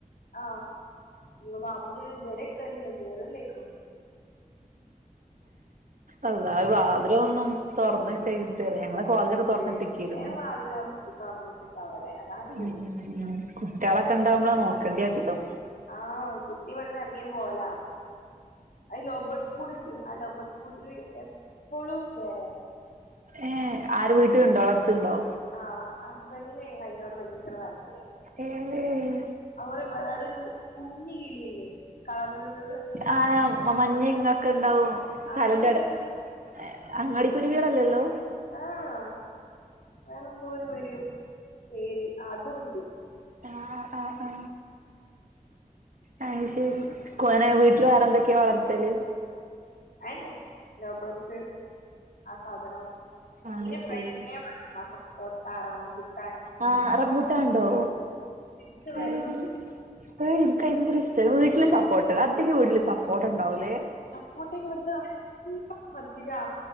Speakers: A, on the left (about 80°); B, on the right (about 65°).
A: ആഹ് <unintelligible> പാമ്പ് <unintelligible> ഇതുവരെ കേറില്ല കേറില്ലേക്കും
B: അള്ളാ വാതിലോന്നും തൊറന്ന് ഇ <unintelligible> ഞങ്ങള് ഹോളിലക്കെ
A: ഫുൾടൈം
B: തുറന്നിട്ടിക്കെരുന്നു
A: വാതില് തൊറക്ക് തൊറന്നിട്ടിട്ടാ അവിടെ അതാണ്
B: ഉം
A: പേടി
B: കുട്ട്യാളക്കെ ണ്ടാവുമ്പോളാ നോക്കേണ്ട്യധികം
A: ആഹ് കുട്ടി ഇവിടെന്ന് ഇറങ്ങിട്ട് പോകലാ അത് ലോബേർഡ്സ് കൂട്ണ്ട് ആ ലൗബേർഡ്സ് കൂട്ടിൽ എപ്പോഴും ചേറാ
B: ഏഹ് ആര് വീട്ടിലുണ്ടോ വളർത്ത്ണ്ടോ
A: ആഹ് ഹസ്ബൻഡിനെ അയ്നോട് ഭയങ്കര താല്പര്യാ
B: ഏഹ്
A: അതുപോലെ വേറൊരു കുഞ്ഞി കിളില്ലേ കളറ് <unintelligible>
B: ആ മഞ്ഞ ഇങ്ങൊക്കെ ഇണ്ടാവും
A: അയിന്റെ
B: തലന്റെടെ
A: പേരെന്തേനി
B: ഏ അങ്ങാടിക്കുരുവികളല്ലല്ലോ
A: ആഹ വേറെ എന്തോ ഒരു <unintelligible> പേര് അതുണ്ട്
B: ആഹ് ആഹ് ആ അയ്ശെരി <unintelligible> വീട്ടില് വേറെ എന്തൊക്കെയ വളർത്തല്
A: അയന്നെ ലൗബേർഡ്സ് ആ സാധനം
B: അത്
A: പിന്നെ കുറേ
B: ശരി
A: <unintelligible> <unintelligible> സപ്പോട്ട റംബൂട്ട്
B: ആഹ് റംബുട്ടാൻ ഇൻണ്ടോ
A: ഇത് വരുന്നത്
B: ഏഹ് ഏഹ് എനിക്ക് ഭയങ്കര ഇഷ്ട വീട്ടില് സപ്പോർട്ട് അധിക വീട്ടില് സപ്പോർട്ട്ണ്ടാവൂലേ
A: സപ്പോട്ട ഇവിടുത്തെ നല്ല മധുരാ